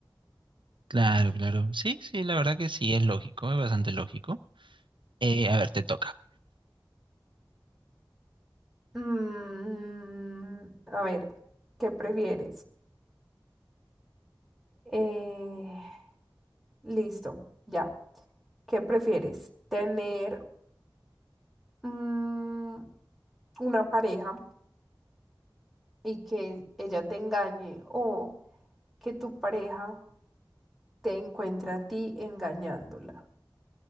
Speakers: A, on the right (about 75°); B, in the centre.
A: Claro, claro. Sí, sí, la verdad que sí, es lógico, es bastante lógico. Eh, a ver, te toca.
B: Mm, a ver, ¿qué prefieres? Eh, listo, ya. ¿Qué prefieres? ¿Tener mm, una pareja y que ella te engañe o que tu pareja te encuentre a ti engañándola?